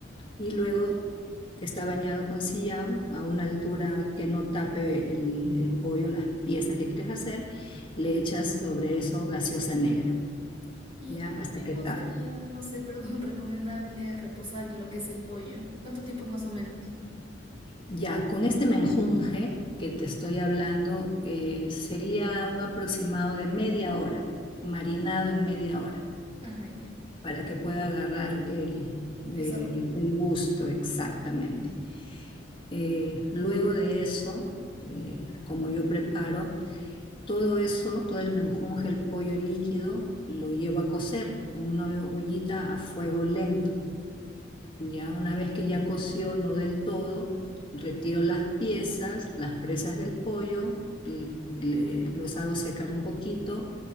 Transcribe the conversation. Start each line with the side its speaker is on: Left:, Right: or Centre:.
Left: Y luego que está bañado con sillao, a una altura que no tape el, el pollo, las piezas que quieres hacer, le echas sobre eso gaseosa negra,
Right: ¿Y
Left: ya,
Right: cuánto
Left: hasta
Right: tiempo
Left: que tape.
Right: sería, no sé, perdón, <laughs> recomendable reposar lo que es el pollo? ¿Cuánto tiempo más o menos?
Left: Ya, con este menjunje que te estoy hablando, eh, sería un aproximado de media hora, marinado en media hora,
Right: Ajá, ya.
Left: para
Right: Perfecto.
Left: que pueda agarrar el, el-
Right: El sabor.
Left: el gusto exactamente. Eh, luego de eso, eh, como yo preparo, todo eso, todo el menjunje, el pollo líquido, lo llevo a cocer en una ollita a fuego lento ya una vez que ya coció, no del todo, retiro las piezas, las presas del pollo, l- le- los hago secar un poquito